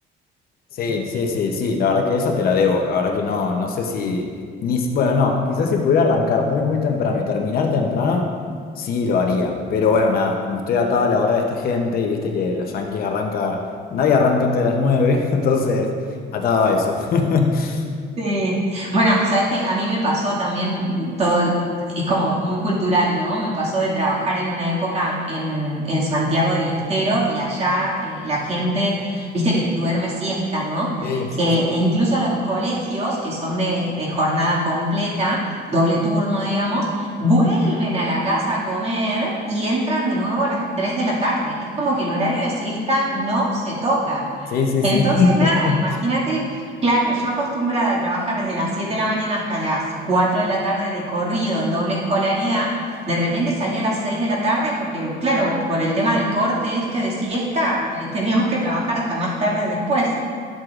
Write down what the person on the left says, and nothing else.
Sí, sí, sí, sí, la verdad que eso te la debo, la verdad que no, no sé si, ni, si- bueno, no, quizás si pudiera arrancar muy, muy temprano y terminar temprano, sí lo haría, pero bueno, nada, como estoy atado a la hora de esta gente y viste que los Yankees arranca, nadie arranca antes de las nueve, <laughs> entonces atado a eso. <laughs>
Sí, sí,
Sí, sí,
sí. <laughs>